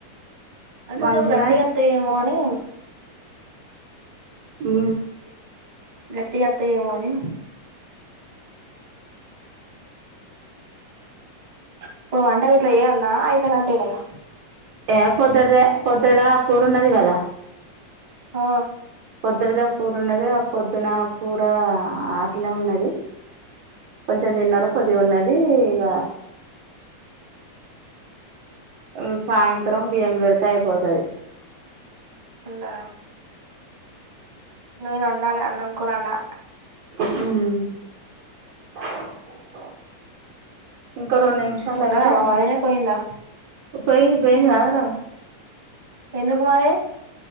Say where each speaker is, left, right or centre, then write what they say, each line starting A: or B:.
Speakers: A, on the right (about 15°); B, on the right (about 60°).
A: అ కొం
B: మంచిగనే
A: గట్టిగా వత్తాయేమో అని
B: ఉ
A: గట్టిగా అత్తఏమో అని ఇప్పుడు వంటగిట్ల జేయాల్నా అయిపోయినంటేన ఇగ
B: ఏ పొద్దడదే పొద్దుడా కూరున్నది కదా
A: ఆ
B: పొద్దుటదే కూర ఉన్నది ఆ పొద్దున కూర అట్లే ఉన్నది కొంచెం తిన్నారు కొద్దిగ ఉన్నది ఇగ ఉ సాయంత్రం బియ్యం పెడితే అయిపోతది
A: ఉండరా లేదు వండాలి అన్నం కూడారన్నా
B: ఉ ఒక రెండు నిమిషాలు
A: ఉన్నదా
B: అయితే
A: మా వదినే పోయిందా
B: పోయింది పోయింది కద్ర
A: ఎందుకు మరే